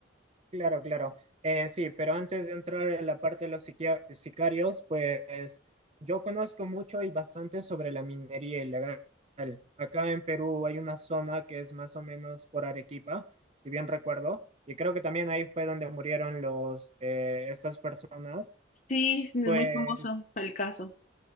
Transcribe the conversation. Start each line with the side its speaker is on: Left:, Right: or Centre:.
Right: Claro, claro. Eh, sí, pero antes de entrar en la parte de los siquia- sicarios, pues yo conozco mucho y bastante sobre la minería ilegal. Acá en Perú hay una zona que es más o menos por Arequipa, si bien recuerdo, y creo que también ahí fue donde murieron los, eh, estas personas.
Left: Sí, es muy
Right: pues.
Left: famoso el caso.